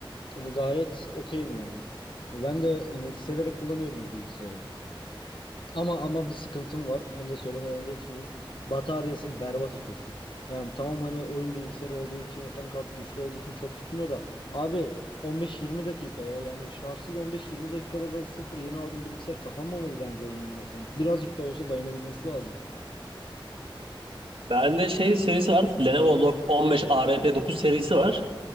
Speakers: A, on the left (about 65°); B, on the right (about 85°).
A: Hani gayet okeyim yani. Ben de hani severek kullanıyorum bu bilgisayarı. Ama ama bir sıkıntım var. Onu da söylemeden geçmeyeyim. Bataryası berbat ötesi. Yani tamam hani oyun bilgisayarı olduğu için ekran kartı güçlü olduğu için çok gitmiyor da abi 15-20 dakika ya. Yani şarjsız 15-20 dakikada da sıfır yeni aldığım bilgisayar kapanmamalı bence oyun oynarken. Birazcık da olsa dayanabilmesi lazım.
B: Bende şey serisi var. Lenovo Log 15 ARP 9 serisi var.